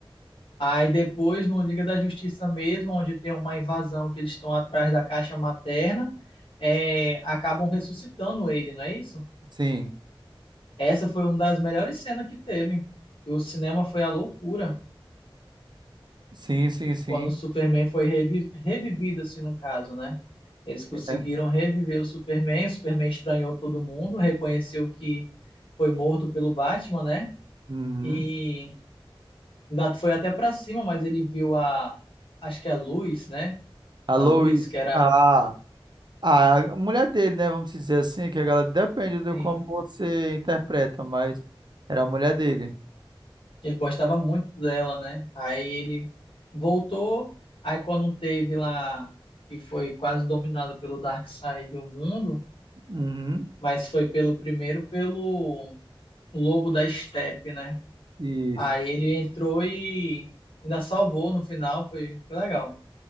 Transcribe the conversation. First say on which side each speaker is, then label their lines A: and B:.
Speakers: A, on the left; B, on the right.
A: Aí depois, no Liga da Justiça mesmo, onde tem uma invasão que eles estão atrás da caixa materna, é, acabam ressuscitando ele, não é isso?
B: sim,
A: Essa foi uma das melhores cenas que teve. E o cinema foi a loucura.
B: sim, sim, sim.
A: quando o Superman foi revi- revivido, assim, no caso, né? Eles conseguiram
B: É.
A: reviver o Superman, o Superman estranhou todo mundo, reconheceu que foi morto pelo Batman, né?
B: Uhum.
A: E ainda foi até pra cima, mas ele viu a, acho que a luz, né?
B: A
A: A
B: Lois,
A: luz que era,
B: a, a, a mulher dele, né? Vamos dizer assim, que a galera depende de
A: assim,
B: como você interpreta, mas era a mulher dele.
A: ele gostava muito dela, né? Aí ele voltou, aí quando teve lá, que foi quase dominado pelo Darkseid o mundo,
B: Uhum.
A: mas foi pelo primeiro pelo Lobo da Estepe, né?
B: Isso.
A: Aí ele entrou e ainda salvou no final, foi, foi legal.